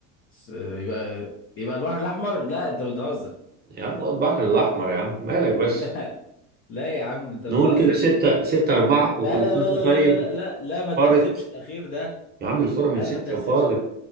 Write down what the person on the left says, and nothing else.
س- يبقى يبقى البحر الاحمر لا انت بتهزر
<laughs>
لا لا يا عم انت بتهزر
كده
لا
لا
لا لا
لا لا لا لا, لا ما تحسبش
الاخير ده
لا
ما تحسبش